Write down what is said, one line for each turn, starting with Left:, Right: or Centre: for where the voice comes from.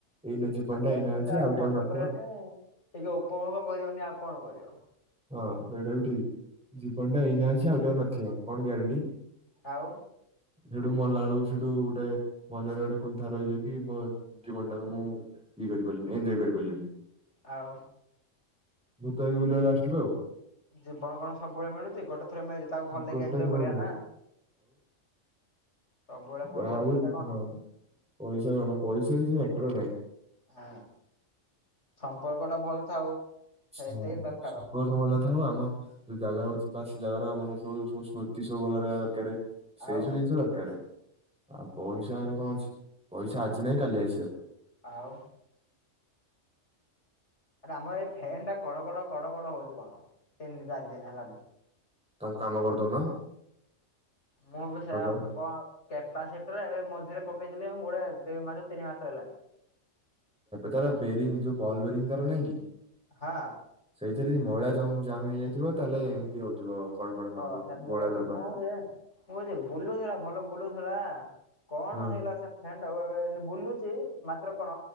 Centre: ଏଇନା ଜୀବନଟା
Left: ଆଉ ସେ
Centre: ଏଇନା
Left: ପଇସା
Centre: ଅଛି ଆଉ ଟିକେ
Left: ଖର୍ଚ୍ଚ
Centre: ଆଉ ନଥିବ।
Left: କରିବନି ଟିକେ ଉପଭୋଗ କରିବନି ଆଉ କଣ କରିବ?
Centre: ହଁ ସେଇଟା ବି ଠିକ ଜୀବନଟା ଏଇନା ଅଛି ଆଉଟିକେକୁ ନଥିବ କଣ ଗ୍ୟାରେଣ୍ଟି।
Left: ଆଉ।
Centre: ସେଠୁ ମଲାଳୁ ସେଠୁ ଗୋଟେ ମନରେ ଗୋଟେ କୁନ୍ଥା ରହିଯିବ କି ମୋ ଜୀବନଟାକୁ ମୁଁ ଇଏ କରିପାରିଲିନି ଏନଜୟ କରିପାରିଲିନି।
Left: ଆଉ।
Centre: ଭୂତ ହେଇକି ବୁଲିବ ଲାଷ୍ଟକୁ ଆଉ।
Left: ଜୀବନ କଣ ସବୁବେଳେ ମିଳୁଚି ଗୋଟେ ଥର ମିଳିଚି ତାକୁ ଭଲକି
Centre: ଗୋଟେ
Left: ଏନଜୟ
Centre: ଥର
Left: କରିବା
Centre: ମିଳେ
Left: ନା। ସବୁବେଳେ ପଇସା
Centre: ଯା ହେଲେବି
Left: ପଇସା କଣ
Centre: ହଁ ପଇସା କଣ ପଇସା କିଛି ମ୍ୟାଟର ନାହିଁ।
Left: ହଁ ସମ୍ପର୍କ ଟା ଭଲ ଥାଉ। ସେତିକି
Centre: ହଁ
Left: ଦରକାର
Centre: ସମ୍ପର୍କ ଭଲ କଥା ହଉ ଆମ ଯୋଉ ଜାଗା ହଉଛିି ବା ସେ ଜାଗାର ମାନ ସୁ ସବୁ ସ୍ମୃତି ସବୁ ଭଲ ରହିବା ଦରକାର। ସେଇ
Left: ଆଉ
Centre: ସବୁ ଜିନିଷ ଦରକାର ଆଉ ପଇସାରେ କଣ ଅଛି ପଇସା ଆଜି ନାହିଁ କାଲି ଆସିବ।
Left: ଆଉ। ଆରେ ଆମର ଏଇ ଫେନଟା କଡ କଡ କଡ କଡ ହଉଚି କଣ ତିନି ଚାରି ଦିନ ହେଲାନେ।
Centre: ତାଙ୍କୁ କାମ କରିଦଉନ।
Left: ମୁଁ ବି ସେୟା
Centre: ସଜ
Left: ଭାବୁଚି କଣ କେପାସିଟର ଏବେ ମଝିରେ ପକେଇଥିଲି ମୁଳେ ଦୁଇ ମାସ ତିନି ମାସ ହେଲାଣି।
Centre: ତାର ବେରିଂ ଯୋଉ ବଲ୍ ବେରିଙ୍ଗ ତାର ନାହିଁ କି?
Left: ହ ଅ।
Centre: ସେଇଥିରେ ଯଦି ମଇଳା ଜମ ଜାମ୍ ହେଇଯାଇଥିବ ତାହେଲେ ଏମିତି ହଉଥିବ କଡ କଡ ସାଉଣ୍ଡ
Left: ହଁ
Centre: ହଉଥିବ
Left: ସେମିତି
Centre: ମଇଳା
Left: କହିଲି
Centre: ଜମା
Left: ମୁଁ
Centre: ହେଇ
Left: ଯେ ମୁଁ କଉଛି ବୁଲୁଥିଲା ଭଲ ବୁଲୁଥିଲା କଣ
Centre: ହଁ
Left: ହେଇଗଲା ସେ ହେଲୋ ଏବେ ବୁଲୁଛି ମାତ୍ର କଣ